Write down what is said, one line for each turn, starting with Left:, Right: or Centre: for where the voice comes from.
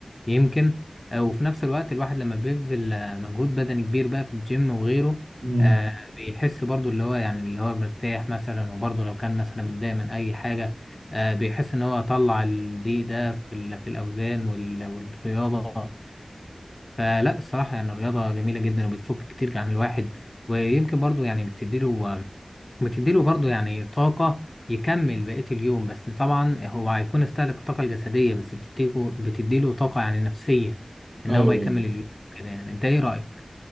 Left: يمكن آه، وفي نفس الوقت الواحد لما بيبذل آه، مجهود بدني كبير بقى في الجيم وغيره
Right: أمم.
Left: آه، بيحس برضو اللي هو يعني اللي هو مرتاح مثلا وبرضو لو كان مثلا متضايق من اي حاجه آه، بيحس ان هو طلع الضيق ده في ال- في الاوزان وال- والرياضه فلا الصراحه يعني الرياضه جميله جدا وبتفك كتير عن الواحد ويمكن برضو يعني بتديله وتديله برضه يعني طاقة يكمل بقية اليوم بس طبعا هو هيكون استهلك الطاقة الجسدية بس بتديله بتديله طاقة يعني نفسية إن
Right: ايوه
Left: هو
Right: أيوة.
Left: يكمل اليوم كده يعني أنت إيه رأيك؟